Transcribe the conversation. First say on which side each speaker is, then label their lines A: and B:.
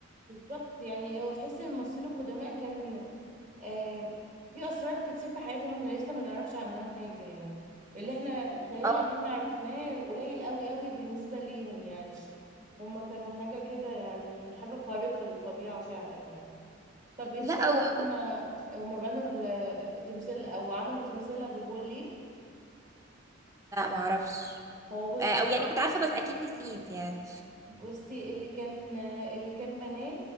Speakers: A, on the right; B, on the right.
A: بالظبط يعني هو تحس ان الممثلين القدماء كان آه في اسرار كتير في حياتهم احنا لسه ما نعرفش عنها حاجه يعني اللي احنا بيتهيألي
B: اه
A: اللي احنا عرفناه قليل قوي قوي بالنسبه ليهم يعني هما كانوا حاجه كده يعني حاجه خارقه للطبيعه فعلا يعني طب انت
B: لا
A: تعرفي
B: او حق-
A: هما هما بنوا ال- التمثال او عملوا تمثال ابو الهول ليه
B: لا ما اعرفش
A: هو بص
B: آه، او يعني كنت عارفة بس اكيد نسيت يعني
A: بصي اللي كان اللي كان بناه